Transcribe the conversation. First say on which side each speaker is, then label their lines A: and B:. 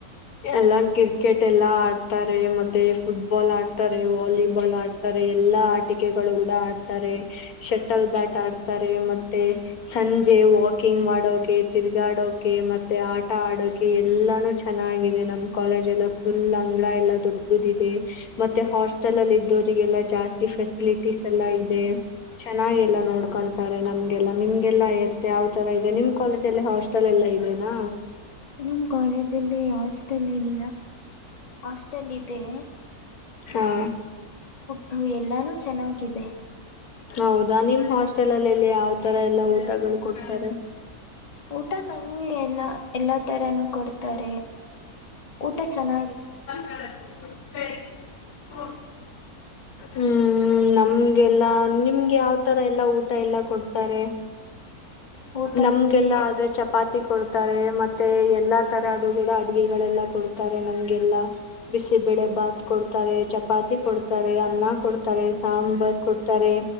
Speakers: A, on the left; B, on the left.
A: ಎಲ್ಲ ಕ್ರಿಕೆಟ್ ಎಲ್ಲ ಆಡ್ತಾರೆ ಮತ್ತೆ ಫುಟ್ಬಾಲ್ ಆಡ್ತಾರೆ ವಾಲಿಬಾಲ್ ಆಡ್ತಾರೆ ಎಲ್ಲಾ ಆಟಿಕೆಗಳು ಕೂಡ ಆಡ್ತಾರೆ ಶಟಲ್ ಬ್ಯಾಟ್ ಆಡ್ತಾರೆ ಮತ್ತೆ ಸಂಜೆ ವಾಕಿಂಗ್ ಮಾಡೋಕ ಗಾಡೋಕೆ ಮತ್ತೆ ಆಟ ಆಡೋಕೆ ಎಲ್ಲಾನು ಚೆನ್ನಾಗಿದೆ ನಮ್ ಕಾಲೇಜ್ ಎಲ್ಲ ಫುಲ್ ಅಂಗಗಳ ಎಲ್ಲಾ ದೊಡ್ಡದ ಇದೆ ಮತ್ತೆ ಹಾಸ್ಟೆಲ್ ಅಲ್ಲಿ ಇದ್ದೋರಿಗೆಲ್ಲಾ ಜಾಸ್ತಿ ಫೆಸಿಲಿಟೀಸ್ ಎಲ್ಲಾ ಇದೆ ಚೆನ್ನಾಗ ಎಲ್ಲ ನೋಡ್ಕೊಂತಾರೆ ನಮ್ಗೆಲ್ಲಾ ನಿಮ್ಗೆಲ್ಲಾ ಎತ್ತ ಯಾವ್ ತರ ಇದೆ ನಿಮ್ ಕಾಲೇಜ್ ಮ ಹಾಸ್ಟೆಲ್ ಎಲ್ಲಾ ಇದೆನಾ
B: ನಮ್ಮ್ ಕಾಲೇಜಲ್ಲಿ ಹಾಸ್ಟೆಲ್ ಇಲ್ ಹಾಸ್ಟೆಲ್ ಇದೆ
A: ಹಾ
B: ಹ ಎಲ್ಲಾನು ಚೆನ್ನಾಗಿದೆ
A: ಹೌದಾ ನಿಮ್ ಹಾಸ್ಟೆಲ್ ಅಲ್ಲಿ ಎಲ್ಲಿ ಯಾವ್ ತರ ಎಲ್ಲಾ ಊಟಗಳು ಕೊಡ್ತಾರೆ
B: ಊಟ ನಂಗ್ಗೆ ಎಲ್ಲಾ ಎಲ್ಲಾ ತರನು ಕೊಡ್ <unintelligible> ಊಟ ಚನ್ನ
A: <inaudible> ಹೂ ಹ್ಮ್ ನಮ್ಗೆಲ್ಲಾ ನಿಮ್ಗೆ ಯಾವ್ತರ ಎಲ್ಲಾ ಊಟ ಎಲ್ಲಾ ಕೊಡ್ತಾರೆ
B: ಊಟ
A: ನಮ್ಗೆಲ್ಲ
B: ಅಂದ್ರೆ
A: ಆದ್ರ ಚಪಾತಿ ಕೊಡ್ತಾರೆ ಮತ್ತೆ ಎಲ್ಲಾ ತರದು ಕೂಡ ಅಡ್ಗೆಗಳೆಲ್ಲ ಕೊಡ್ತಾರೆ ನಮ್ಗೆಲ್ಲಾ ಬಿಸಿಬಳೆ ಭಾತ್ ಕೊಡ್ತಾರೆ ಚಪಾತಿ ಕೊಡ್ತ ಕೊಡ್ತಾರೆ ಅನ್ನ ಕೊಡ್ತಾರೆ ಸಾಂಬಾರ್ ಕೊಡ್ತಾರೆ